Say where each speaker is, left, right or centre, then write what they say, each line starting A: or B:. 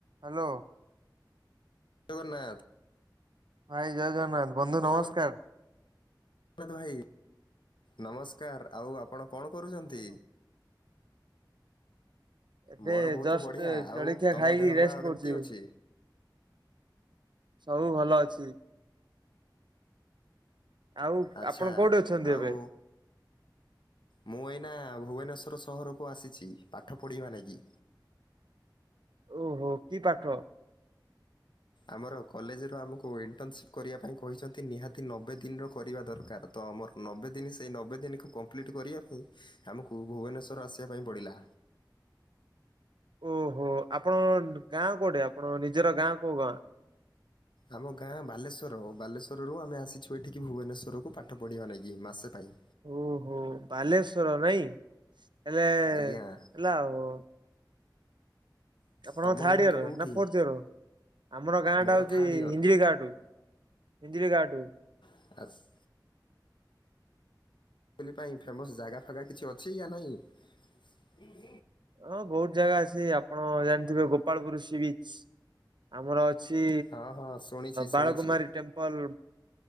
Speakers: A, on the right; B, on the left.
A: Hello
B: Jagannath.
A: ଭାଇ ଜୟ ଜଗନ୍ନାଥ, ବନ୍ଧୁ ନମସ୍କାର।
B: ଜଗନ୍ନାଥ ଭାଇ ନମସ୍କାର, ଆଉ ଆପଣ କଣ କରୁଛନ୍ତି?
A: ଏବେ
B: ମୋର ବହୁତ
A: ଜଷ୍ଟ
B: ବଢ଼ିଆ ଆଉ
A: ଜଳଖିଆ
B: ତମ
A: ଖାଇକି
B: ଦେହ
A: ରେଷ୍ଟ
B: ବା କେମିତି
A: କରୁଛି।
B: ଅଛି?
A: ସବୁ ଭଲ ଅଛି। ଆଉ
B: ଆଚ୍ଛା
A: ଆପଣ କୋଉଠି ଅଛନ୍ତି
B: ଆଉ
A: ଏବେ?
B: ମୁଁ ଏଇନା ଭୁବନେଶ୍ୱର ସହରକୁ ଆସିଛି, ପାଠ ପଢ଼ିବା ଲାଗି
A: ଓହୋ, କି ପାଠ?
B: ଆମର କଲେଜରୁ ଆମକୁ ଇଣ୍ଟର୍ନସିପ୍ କରିବା ପାଇଁ କହିଛନ୍ତି, ନିହାତି ନବେ ଦିନର କରିବା ଦରକାର। ତ ଆମର ନବେ ଦିନ, ସେଇ ନବେ ଦିନକୁ କମ୍ପ୍ଲିଟ୍ କରିବା ପାଇଁ ଆମକୁ ଭୁବନେଶର ଆସିବା ପାଇଁ ପଡ଼ିଲା।
A: ଓହୋ, ଆପଣ ଗାଁ କୋଉଠି, ଆପଣ ନିଜର ଗାଁ କୋଉ ଗାଁ?
B: ଆମ ଗାଁ ବାଲେଶ୍ୱର, ବାଲେଶ୍ୱରରୁ ଆମେ ଆସିଛୁ ଏଠିକି ଭୁବନେଶ୍ୱରକୁ ପାଠ ପଢ଼ିବା ନେଇକି ମାସେ ପାଇଁ
A: ଓହୋ ବାଲେଶ୍ଵର ନାଇଁ, ହେଲେ ହେଲା
B: ଆଜ୍ଞା
A: ଆଉ ଆପଣଙ୍କ
B: ତମ
A: ଥାଡ
B: ଗାଁଟା
A: ଇୟର
B: କୋଉଠି
A: ନା ଫୋର୍ଥ ଇୟର, ଆମର ଗାଁ
B: ମୋର
A: ଟା ହଉଛି
B: ଥାର୍ଡ଼ ଇୟର୍
A: <unintelligible> ପିଞ୍ଜିରି ଗାଁଠୁ
B: <unintelligible> ପାଇଁ ଫେମସ୍ ଜାଗା ଫାଗା କିଛି ଅଛି ୟା ନେହିଁ।
A: ହଁ ବହୁତ ଜାଗା ଅଛି, ଆପଣ ଜାଣିଥିବେ ଗୋପାଳପୁୁର ସି ବିଚ। ଆମର ଅଛି
B: ହଁ ହଁ ଶୁଣିଛି ଶୁଣିଛି
A: Balakumari temple.